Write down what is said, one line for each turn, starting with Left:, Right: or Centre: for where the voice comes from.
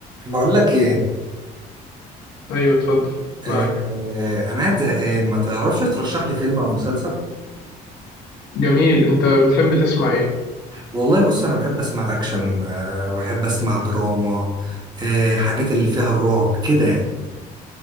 Right: بقول لك ايه
Left: ايوه اتفضل
Right: آه
Left: معاك
Right: آه انا قاعد زهقان ما تعرفش ترشح لي فيلم او مسلسل
Left: جميل انت بتحب تسمع ايه
Right: والله بص انا بحب اسمع اكشن آه بحب اسمع دراما آه حاجات اللي فيها الرعب كده يعني